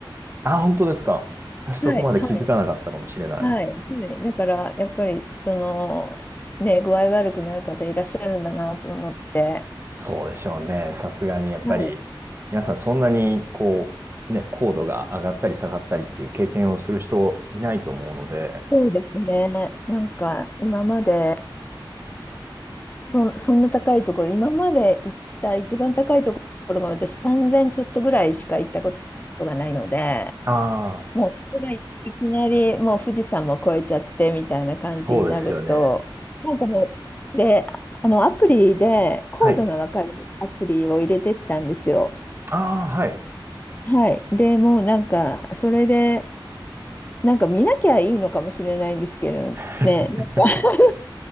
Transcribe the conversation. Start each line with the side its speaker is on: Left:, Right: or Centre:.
Right: あ、本当ですか。私そこまで気づかなかったかもしれないです。
Left: はい、はい。はい、はい。だから、やっぱり、その、ね、具合悪くなる方いらっしゃるんだなと思って。
Right: そうでしょうね。さすがにやっぱり、
Left: はい。
Right: 皆さんそんなにこう、ね、高度が上がったり下がったりっていう経験をする人いないと思うので、
Left: そうですね。なんか、今まで、そ、そんな高いところ、今まで行った一番高いところが私3000ちょっとぐらいしか行ったことがないので、
Right: ああ、
Left: もう、それがいきなり、もう富士山も越えちゃってみたいな感じになると、
Right: そうですよね。
Left: なんかもう、で、あの、アプリで、コードがわかるアプリを入れてったんですよ。
Right: はい。ああ、はい。
Left: はい。でもうなんか、それで、なんか見なきゃいいのかもしれないんですけどね、
Right: <laughs>
Left: なんか <laughs>